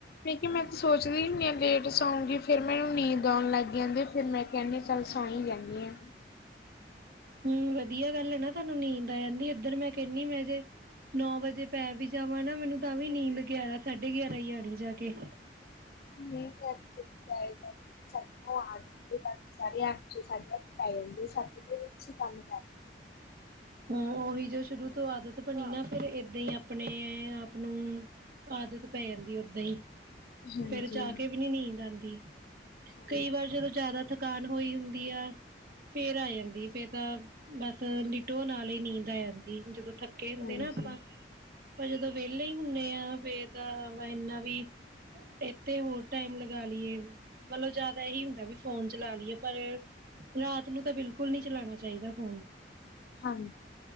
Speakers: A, on the left; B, on the right.
A: ਮੈਂ ਕਿਆ ਮੈਂ ਤੇ ਸੋਚਦੀ ਹੁਣੀ ਆਂ ਲੇਟ ਸੋਉਂਗੀ ਫਿਰ ਮੈਨੂੰ ਨੀਂਦ ਆਉਣ ਲੱਗ ਜਾਂਦੀ ਫਿਰ ਮੈਂ ਕਹਿਣੀ ਚੱਲ ਸੌਂ ਈ ਜਾਂਨੀ ਆਂ।
B: ਹਂ, ਵਧੀਆ ਗੱਲ ਐ ਨਾਂ, ਤਾਨੂੰ ਨੀਂਦ ਆ ਜਾਂਦੀ ਇੱਧਰ ਮੈਂ ਕੈਣੀ ਮੈਂ ਜੇ ਨੌ ਵਜੇ ਪੈ ਵੀ ਜਾਵਾਂ ਨਾ, ਮੈਨੂੰ ਤਾਂ ਵੀ ਨੀਂਦ ਗਿਆਰਾਂ ਸਾਢੇ ਗਿਆਰਾਂ ਈ ਆਣੀ ਜਾ ਕੇ।
A: ਨੀਂ ਗਜ <unintelligible> ਸਟ ਓ ਆ ਜਾਂਦੇ ਬਾਕੀ ਸਾਡੇ ਅੱਠ ਸਾਡੇ ਅੱਠ ਪੈ ਜਾਂਦੇ, ਸੱਤ ਕ ਵਜੇ ਅਸੀਂ ਕੰਮ ਕਰ ਲਓ।
B: ਹਾਂ, ਓਹੀ ਜੋ ਸ਼ੁਰੂ ਤੋਂ ਆਦਤ ਬਣੀ ਨਾਂ, ਫਿਰ ਏਦਾਂ ਈ ਆਪਣੇ ਆਪ ਨੂੰ ਆਦਤ ਪੈ ਜਾਂਦੀ ਏ ਓਦਾ ਈ।
A: ਹਾਂਜੀ,
B: ਫੇਰ ਚਾਕੇ ਵੀ ਨੀਂ ਨੀਂਦ ਆਂਦੀ,
A: ਹਾਂਜੀ,
B: ਕਈ ਵਾਰ ਜਦੋਂ ਜ਼ਿਆਦਾ ਥਕਾਨ ਹੋਈ ਹੁੰਦੀ ਆ, ਫੇਰ ਆ ਜਾਂਦੀ ਫਿਰ ਤਾਂ ਬਸ ਲਿ ਟੋ ਨਾਲੇ ਈ ਨੀਂਦ ਆ ਜਾਂਦੀ, ਜਦੋਂ ਥੱਕੇ ਹੁੰਦੇ
A: ਹਾਂਜੀ।
B: ਨਾਂ ਆਪਾਂ। ਪਰ ਜਦੋਂ ਵਿਹਲੇ ਈ ਹੁੰਣੇ ਆ, ਫਿਰ ਤਾਂ ਵਾ ਇੰਨਾ ਵੀ ਏਤੇ ਹੋਰ ਟਾਈਮ ਲਗਾ ਲੀਏ। ਮਤਲਬ ਜਿਆਦਾ ਏਹੀ ਹੁੰਦਾ ਵੀ ਫੋਨ ਚਲਾ ਲੀਏ। ਪਰ ਰਾਤ ਨੂੰ ਤਾਂ ਬਿਲਕੁਲ ਨੀਂ ਚਲਾਣਾ ਚਾਈਦਾ ਫੋਨ
A: ਹਾਂਜੀ।